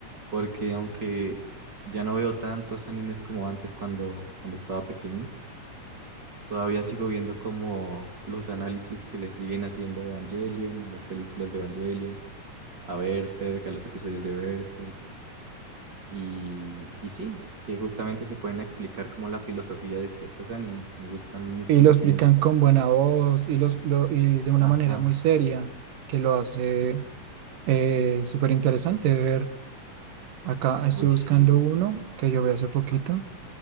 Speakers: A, on the right; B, on the right.
A: porque aunque ya no veo tantos animes como antes cuando, cuando estaba pequeño, todavía sigo viendo como los análisis que le siguen haciendo a Evangelion, a las películas de Evangelion, a Berserk, a los episodios de Berserk. Y, y sí, que justamente se pueden explicar como la filosofía de ciertos animes. Me gustan muchísimo.
B: Y lo explican con buena voz y, los, lo- y de una
A: Ajá.
B: manera muy seria que lo hace eh, súper interesante de ver. Acá estoy
A: Uy,
B: buscando
A: sí.
B: uno que yo vi hace poquito.